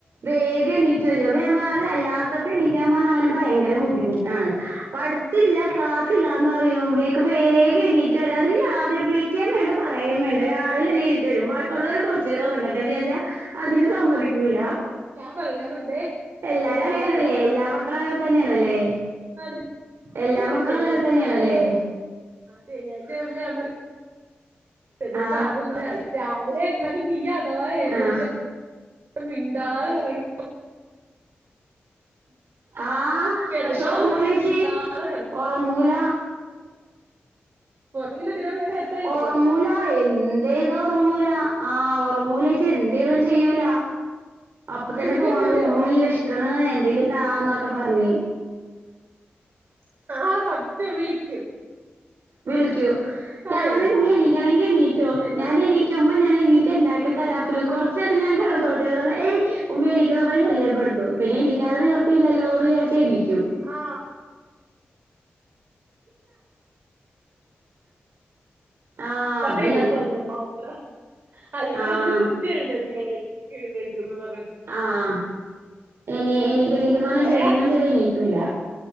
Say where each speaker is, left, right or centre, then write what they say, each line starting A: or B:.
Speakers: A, on the right (about 85°); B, on the right (about 60°).
A: വേഗം എണീറ്റ് വരും അപ്പ ഞാൻ പ അല്ലാത്തപ്പ എണീക്കാൻ പറഞ്ഞാ അവന് ഭയങ്കര ബുദ്ധിമുട്ടാണ് പട്ത്തില്ല ക്ലാസ്സില്ലാന്നർ റിയുപേക്ക് വേഗം എണീറ്റ് വരും അതിന് യാതൊരു വിളിക്കേം വേണ്ട പറയെം വേണ്ട രാവിലെന്നെ എണീ റ്റ് രും ബാക്കിഉള്ളോര് കൊറച്ചേരം ഉറങ്ങട്ടേന്ന് വിചാരിച്ചാ അതിന് സമ്മതിക്കൂല
B: ഞാൻ പറയും ഞാൻ വെറുതെ
A: എല്ലാരും
B: ഞായറാഴ്ചയാണ്
A: അങ്ങനെനെല്ലേ എല്ലാ മക്കളും അങ്ങന തന്നെയാണല്ലേ
B: അതെ
A: എല്ലാ മക്കളും
B: ശനിയാഴ്ചയാകുമ്പം
A: അങ്ങനെ തന്നെയാണല്ലേ
B: ഞാൻ പറയും ശനിയാഴ്ചയാകുമ്പോ ഞാൻ പറയും അതേ
A: ആഹ്
B: പാറു രാവിലെ എങ്ങാനും നീ അഥവാ എഴുന്നേറ്റാ
A: ആഹ്
B: മിണ്ടാതെ ഉറങ്ങി
A: ആഹ
B: കിടക്കണോന്ന്
A: പഷെ ഒറങ്ങൂലേച്ചി
B: ഇല്ലാതെ
A: ഓറങ്ങൂല
B: കൊറെ പിന്നെ പിന്നെ നേരത്തെ എഴുന്നേൽക്കുവല്ലോ
A: ഉറങ്ങൂല എന്തെയ്താ ഒറങ്ങൂല ആ ഒർ ഒർങ്ങൂലേച്ചി എന്തെയ്തും ചെയ്യൂല അപ്പതന്നെ
B: എന്നിട്ട്
A: തോണ്ടും
B: എന്തിനാവോ
A: ഉമ്മീ വെഷക്ക്‌ണ് എന്തേലും താന്നൊക്കെ പറഞ് <inaudible>
B: ആ സത്യം വിളിക്കും
A: വിളിക്കും
B: താ
A: ഞാൻ പറയും
B: എന്താ
A: നീ എണീക്കണങ്കി എണീറ്റോ
B: എന്താ
A: ഞാനെണീക്കുമ്പോ ഞാ ഞാനെനീറ്റ ഇണ്ടാക്കിതരാം അപലു കൊറചേരം ഞാൻ കെടന്നോട്ടെന്നറഞ്ഞ ഏയ് ഉമ്മി എണീക്ക്ന്നർഞ് ശല്യപ്പെടുത്തും പി എനിക്കതത് നിവൃത്തിയില്ലല്ലോചഴച്ചായിരിക്കും
B: ആ
A: ആഹ്
B: വട്ടല്ലാത്ത
A: അതന്നെ
B: അസ മാത്ര അല്ലെങ്കിൽ
A: ആഹ്
B: നമ്മള് കുത്തി എഴുന്നേപ്പ എഴുന്നേക്ക
A: ആഹ ഇനി
B: അയ്യോ
A: എനിക്ക്
B: ഒന്നും
A: എനിക്കന്ന്
B: പറയണ്ട
A: പറഞ്ഞ ജന്മം
B: എടാ
A: ചെയ്ത നീക്കൂില്ല